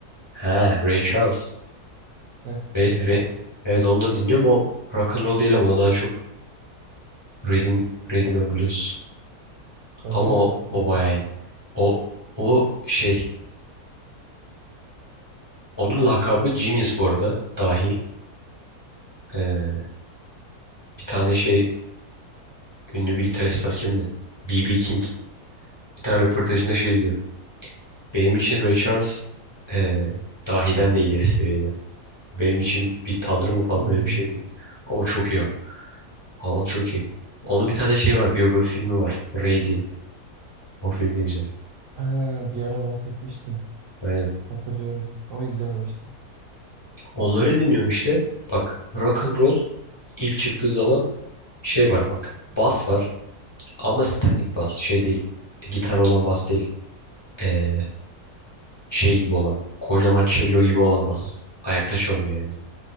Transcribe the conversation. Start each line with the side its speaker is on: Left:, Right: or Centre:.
Left: Ha Ray Charles.
Right: Heh,
Left: Ray-
Right: Ray Charles.
Left: Ray- Evet onu da dinliyorum. O rock and roll değil ama o daha çok rhythm, rhythm and blues.
Right: Öyle
Left: Ama
Right: mi?
Left: o,
Right: Hmm.
Left: o bayağı iyi. O, o şey. Onun lakabı Genius bu arada. Dahi. Ee, Bir tane şey ünlü bir gitarist var kimdi? B.B. King. Bir tane röportajında şey diyor. Benim için Ray Charles eee dahiden de ileri seviyede. Benim için bir tanrı mı falan
Right: Hmm.
Left: öyle bir şey şeydi. Ama çok iyi. Haaland çok iyi. Onun bir tane şey var. Biyografi filmi var. Ray diye. O film de güzel.
Right: Aa, bir ara bahsetmiştin.
Left: Aynen.
Right: Hatırlıyorum ama izlememiştim.
Left: Onları dinliyorum işte. Bak rock and roll ilk çıktığı zaman şey var bak. Bas var ama standing bas. Şey değil. E, gitar olan bas değil. E, Şey gibi olan. Kocaman cello gibi olan bas. Ayakta çalınıyor yani.